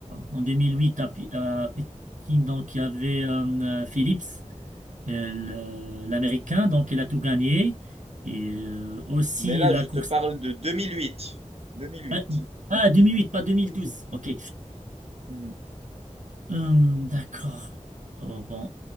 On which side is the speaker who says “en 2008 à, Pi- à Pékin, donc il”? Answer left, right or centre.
Right